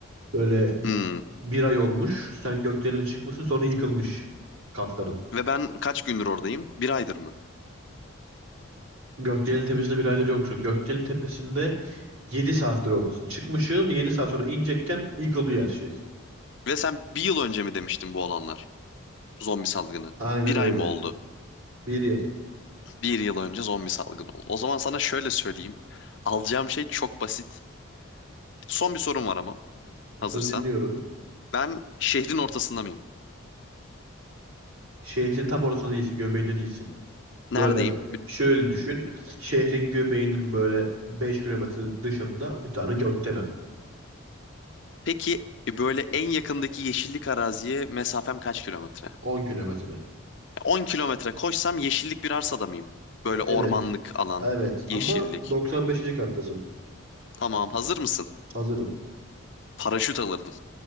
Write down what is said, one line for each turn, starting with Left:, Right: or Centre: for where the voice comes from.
Right: Böyle
Left: Hmm.
Right: bir ay olmuş. Sen gökdelene çıkmışsın sonra yıkılmış katların.
Left: Ve ben kaç gündür oradayım? Bir aydır mı?
Right: Gökdelen Tepesi'nde bir aydır yoksun. Gökdelen Tepesi'nde 7 saattir oradasın. Çıkmışsın 7 saat sonra inecekken ilk oluyor her şey.
Left: Ve sen bir yıl önce mi demiştin bu olanlar? Zombi salgını.
Right: Aynen
Left: Bir
Right: öyle.
Left: ay mı oldu?
Right: Bir yıl.
Left: Bir yıl önce zombi salgını oldu. O zaman sana şöyle söyleyeyim. Alacağım şey çok basit. Son bir sorum var ama hazırsan.
Right: Söz dinliyorum.
Left: Ben şehrin ortasında mıyım?
Right: Şehrin tam ortasında değilsin. Göbeğinde değilsin.
Left: Neredeyim?
Right: Böyle şöyle düşün. Şehrin göbeğinin böyle 5 kilometre dışında bir tane gökdelen.
Left: Peki e, böyle en yakındaki yeşillik araziye mesafem kaç kilometre?
Right: On kilometre.
Left: 10 kilometre koşsam yeşillik bir arsada mıyım? Böyle ormanlık
Right: Evet.
Left: alan,
Right: Evet.
Left: yeşillik.
Right: Ama 95. kattasın.
Left: Tamam, hazır mısın?
Right: Hazırım.
Left: Paraşüt alırdım.